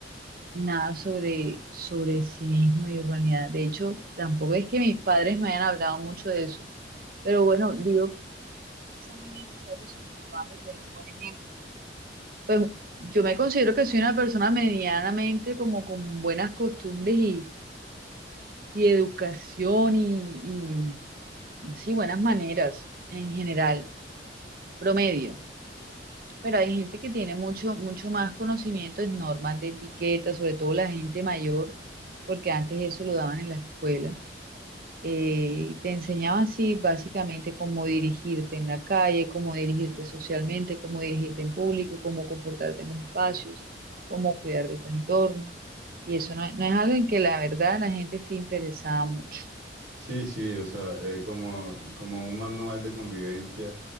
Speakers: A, on the right (about 50°); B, on the right (about 80°).
A: nada sobre, sobre civismo y urbanidad. De hecho, tampoco es que mis padres me hayan hablado mucho de eso. Pero bueno, digo que es muy necesario siempre y cuando te den un buen ejemplo. Pues yo me considero que soy una persona medianamente como con buenas costumbres y, y educación y, y sí, buenas maneras en general. promedio. Pero hay gente que tiene mucho, mucho más conocimiento en normas de etiqueta, sobre todo la gente mayor, porque antes eso lo daban en la escuela. Eh, te enseñaban, sí, básicamente cómo dirigirte en la calle, cómo dirigirte socialmente, cómo dirigirte en público, cómo comportarte en los espacios, cómo cuidar de tu entorno. Y eso no, es- no es algo en que la verdad la gente esté interesada mucho,
B: Sí, sí, o sea, eh, como, como un manual de convivencia,